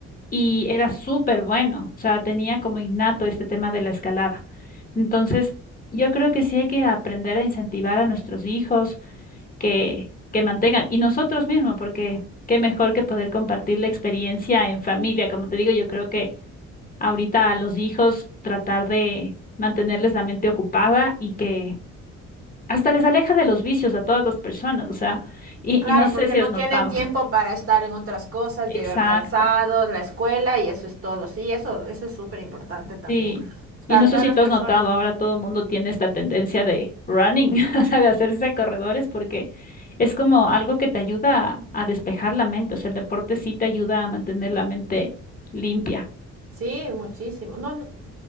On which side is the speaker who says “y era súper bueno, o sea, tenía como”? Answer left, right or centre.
Left